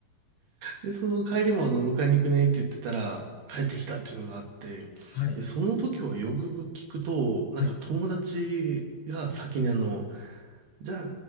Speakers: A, on the right (about 90°); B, on the left (about 50°).
A: で、その帰りもあの、迎えに行くねって言ってたら、帰ってきたっていうのがあって、
B: はい。
A: で、その時はよく聞くと、なんか友達が先にあの、
B: はい。
A: じゃあ